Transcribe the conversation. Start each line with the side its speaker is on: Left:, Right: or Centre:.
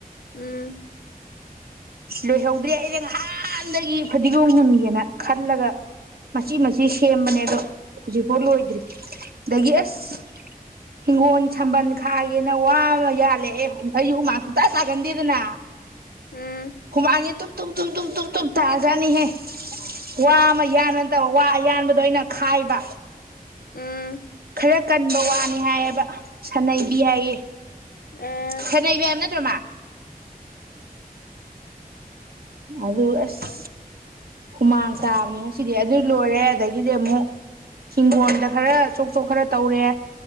Left: ꯎꯝ
Right: ꯂꯣꯏꯍꯧꯗ꯭ꯔꯦ ꯑꯩꯩꯅ ꯉꯍꯥꯟꯗꯒꯤ ꯐꯗꯤꯒꯣꯝ ꯍꯨꯟꯒꯦꯅ ꯈꯜꯂꯒ ꯃꯆꯤ ꯃꯆꯤ ꯁꯦꯝꯕꯅꯦ ꯑꯗꯣ ꯍꯧꯖꯤꯛꯐꯥꯎ ꯂꯣꯏꯗ꯭ꯔꯤ ꯑꯗꯒꯤ ꯑꯁ ꯍꯤꯡꯒꯣꯜ ꯁꯝꯕꯜ ꯈꯥꯒꯦꯅ ꯋꯥ ꯑꯃ ꯌꯥꯜꯂꯦ ꯑꯦ ꯑꯩꯁꯨ ꯍꯨꯃꯥꯡ ꯍꯨꯝꯇꯥ ꯆꯥꯒꯟꯗꯦꯗꯅ
Left: ꯎꯝ
Right: ꯍꯅꯤ ꯇꯨ ꯇ ꯇ ꯇꯨꯞ ꯇꯨꯞ ꯇꯨꯝ ꯇꯥꯖꯅꯤꯍꯦ ꯋꯥ ꯑꯃ ꯌꯥꯟꯕ ꯅꯠꯇꯕ ꯋꯥ ꯑꯌꯥꯟꯕꯗꯣ ꯑꯩꯅ ꯈꯥꯏꯕ
Left: ꯎꯝ
Right: ꯈꯔ ꯀꯟꯕ ꯋꯥꯅꯤ ꯍꯥꯏꯌꯦꯕ ꯁꯥꯟꯅꯩꯕꯤ ꯍꯥꯏꯌꯦ
Left: ꯑꯥ
Right: ꯁꯅꯩꯕ ꯅꯠꯇ꯭ꯔꯃ ꯑꯗꯨ ꯑꯁ ꯍꯨꯃꯥꯡ ꯇꯥꯕꯅꯤ ꯉꯁꯤꯗꯤ ꯑꯗꯨ ꯂꯣꯏꯔꯦ ꯑꯗꯒꯤꯗꯤ ꯑꯃꯨꯛ ꯍꯤꯡꯒꯣꯣꯟꯗ ꯈꯔ ꯆꯣꯛ ꯆꯣꯛ ꯈꯔ ꯇꯧꯔꯦ